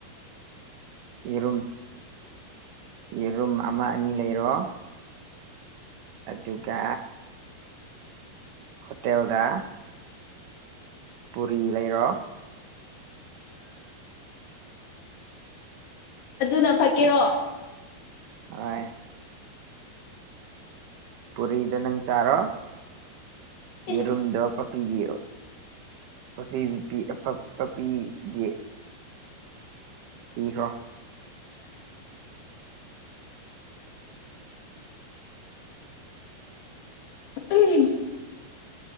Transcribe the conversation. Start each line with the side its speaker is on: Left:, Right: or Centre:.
Right: ꯌꯦꯔꯨꯝ ꯌꯦꯔꯨꯝ ꯑꯃ ꯑꯅꯤ ꯂꯩꯔꯣ ꯑꯗꯨꯒ ꯍꯣꯇꯦꯦꯜꯒ ꯄꯨꯔꯤ ꯂꯩꯔꯣ
Left: ꯑꯗꯨꯅ ꯐꯀꯦꯔꯣ
Right: ꯍ ꯄꯨꯔꯤꯗꯣ ꯅꯪ ꯆꯥꯔꯣ
Left: ꯏꯁ
Right: ꯌꯦꯔꯨꯝꯗꯣ ꯄ ꯄꯄꯤꯒꯤ ꯄꯄꯤ ꯄꯄꯤꯒꯤ ꯄꯤꯈ꯭ꯔꯣ
Left: ꯎꯝ